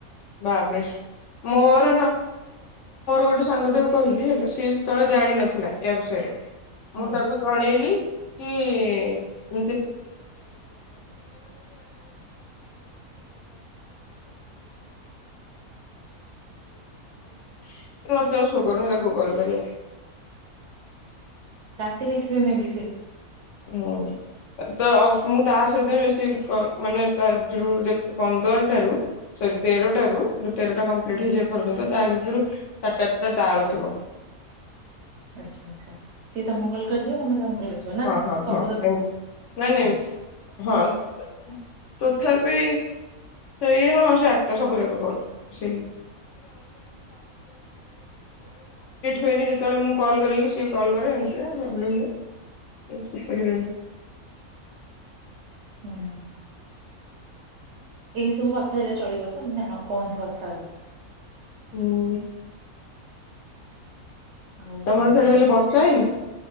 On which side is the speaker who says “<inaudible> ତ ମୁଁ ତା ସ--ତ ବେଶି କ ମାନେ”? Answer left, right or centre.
Left